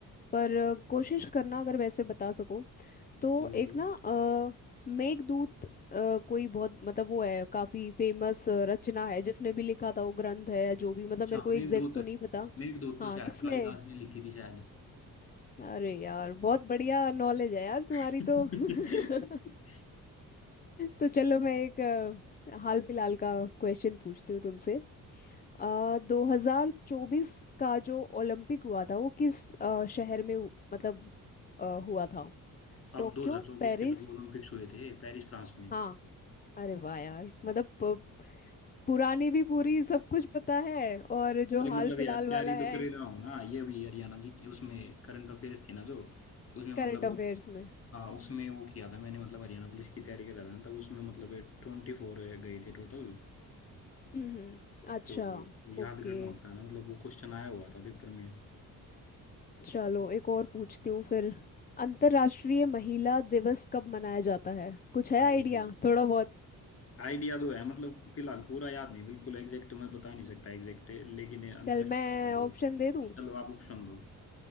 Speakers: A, on the left; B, on the left.
A: पर अ, कोशिश करना अगर वैसे बता सको तो
B: बोलो
A: एक ना अ, मेघदूत अ, कोई बहुत मतलब वो है काफी फेमस रचना है जिसने भी लिखा था वो ग्रंथ है जो भी मतलब
B: अच्छा
A: मेरे को
B: मेघदूत
A: एग्जैक्ट तो नहीं पता
B: मेघदूत
A: हाँ
B: तो शायद
A: किसने
B: कालिदास ने लिखी थी शायद
A: अरे यार बहुत बढ़िया नॉलेज है यार
B: <laughs>
A: तुम्हारी तो <laughs> तो चलो मैं एक अ, हाल फिलहाल का क्वेश्चन पूछती हूँ तुमसे आ, 2024 का जो ओलंपिक हुआ था वो किस अ, शहर में हु- मतलब अ, हुआ था Tokyo
B: अब 2024
A: Paris
B: के जो ओलंपिक्स हुए थे पेरिस फ्रांस में
A: हाँ अरे वाह यार मतलब प- पुरानी भी पूरी सब कुछ पता है और जो
B: अरे
A: हाल
B: मतलब
A: <laughs> फिलहाल
B: यार तैयारी
A: वाला है
B: तो कर ही रहा हूँ ना ये भी हरियाणा जी की उसमें करंट अफेयर्स थी ना जो उसमें
A: करंट
B: मतलब
A: अफेयर्स में
B: हाँ उसमें वो किया था मैंने मतलब हरियाणा पुलिस की तैयारी कर रहा था ना तब उसमें मतलब ट्वेंटी फोर गए थे टोटल
A: हम्म हम्म, अच्छा
B: तो याद
A: ओके
B: करना होता है ना मतलब वो क्वेश्चन आया हुआ था पेपर में
A: चलो एक और पूछती हूँ फिर अंतर्राष्ट्रीय महिला दिवस कब मनाया जाता है कुछ है
B: अरे
A: आइडिया थोड़ा बहुत
B: आइडिया तो है मतलब फिलहाल पूरा याद नहीं बिल्कुल एग्जैक्ट मैं बता नहीं सकता एग्जैक्ट लेकिन ये अंतर्राष्ट्रीय
A: चल मैं
B: श्रम दिवस
A: ऑप्शन दे दूँ
B: चलो आप ऑप्शन दो